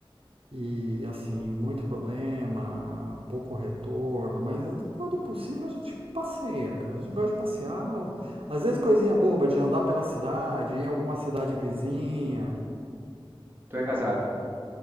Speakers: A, on the right (about 75°); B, on the right (about 25°).
A: E assim, muito problema, pouco retorno, mas quando possível a gente passeia, cara. A gente gosta de passear. Às vezes coisinha boba de andar pela cidade, ir em alguma cidade vizinha.
B: Tu é casado?